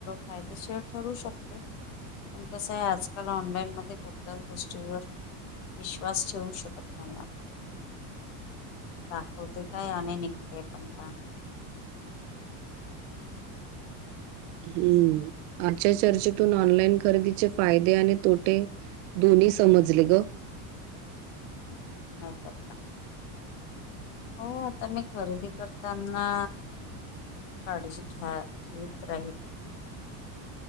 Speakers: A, on the left; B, on the right.
A: काायदेशीर ठरू शकते प कस आहे आजकाल ऑनलाईन मध्ये कुठल्याच गोष्टीवर विश्वास ठेवू शकत नाही आपण दाखवते काय आणि निघते आपण का
B: हम्म आजच्या चर्चेतून ऑनलाईन खरेदीचे फायदे आणि तोटे दोन्ही समजले ग
A: नाही सता हो आता मी खरेदी करताना काडीची घ्या खत राही